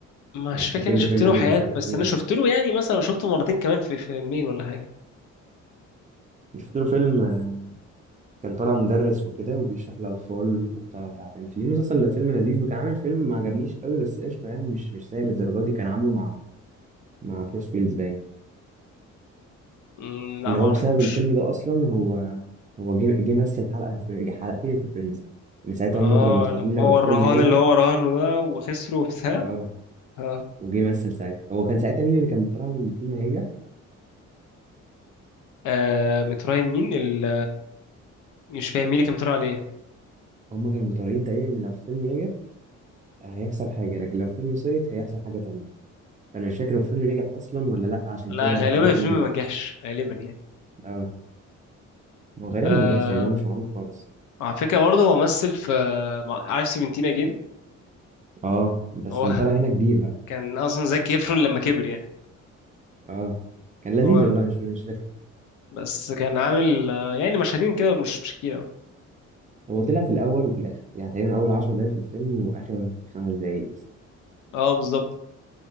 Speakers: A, on the left; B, on the right.
A: مش
B: يعني افتكر
A: فاكر انا
B: له
A: شفت
B: كان
A: له
B: عمل
A: حاجات
B: شويه افلام
A: بس
B: لذيذه
A: انا شفت له يعني مثلا شفته مرتين كمان في فيلمين ولا حاجه
B: شفت له فيلم آه، كان طالع مدرس وكده وبيشرح لأطفال وطلع تعبان فيه مسلسل فيلم لذيذ وكان عامل فيلم ما عجبنيش قوي بس قشطة يعني مش مش سيء للدرجة دي كان عامله مع مع بروس ويلز باين
A: مم، لا
B: اللي
A: ما
B: هو
A: اعرفوش
B: بسبب الفيلم ده أصلا هو هو جه جه مثل حلقة في فري- حلقتين في فريندز إن ساعتها
A: اه
B: هما كانوا متراهنين
A: لما
B: لو
A: هو
B: الفيلم
A: الرهان
B: نجح
A: اللي هو رهانه ده وخسره وبتاع
B: اه
A: اه
B: وجه مثل ساعتها هو كان ساعتها مين اللي كان متراهن إن الفيلم هينجح
A: آه، متراهن مين ال... مش فاهم مين اللي كان متراهن عليه
B: هما كانوا متراهنين تقريبا إن لو الفيلم نجح آه، هيحصل حاجة لكن لو الفيلم سقط هيحصل حاجة تانية فأنا مش فاكر هو الفيلم نجح أصلا ولا لأ عشان
A: لا
B: كده
A: غالبا
B: حد فيهم
A: الفيلم
B: جه
A: ما نجحش غالبا يعني
B: اه ما هو غالبا
A: آه
B: ما نجحش لان هو مش معروف خالص
A: على فكره برضه هو مثل في مع- عارف سيفنتين اجين
B: اه بس
A: هو
B: كان
A: <laughs>
B: طالع هنا كبير بقى
A: كان اصلا زكي ايفرون لما كبر يعني
B: اه كان لذيذ
A: هو
B: والله مش مش رخي
A: بس كان عامل آه، يعني مشاهدين كده مش مش كتير أوي.
B: هو طلع في الاول وفي الاخر يعني تقريبا اول 10 دقايق في الفيلم واخر خمس دقايق بس
A: اه بالظبط